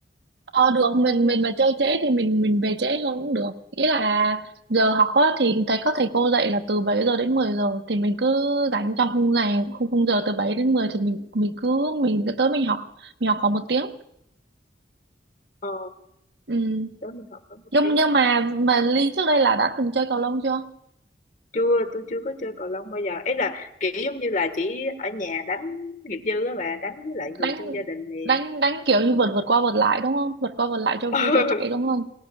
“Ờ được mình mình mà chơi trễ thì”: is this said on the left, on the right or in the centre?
Right